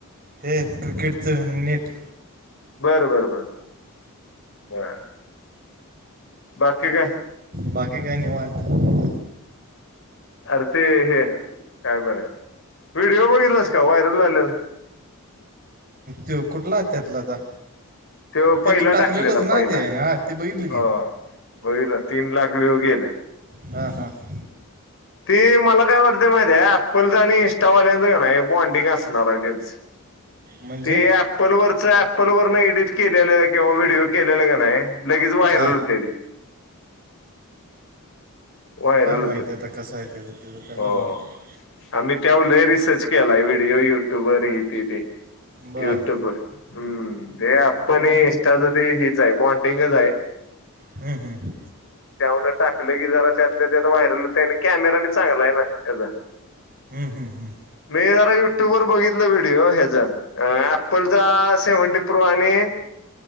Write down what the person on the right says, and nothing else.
ते क्रिकेटच नेट.
बाकी काय निवांत.
तो कुठला त्यातला आता?
ते तू टाकलेलंच
ना
ते हां ते बघितलं
की
हां-हां
म्हणजे
हां
काय
माहिती आहे आता कसं आहे त्याचं तेच
त्यालाच माहिती आहे.
बरं
हम्म-हम्म
हम्मं-हम्म-हम्म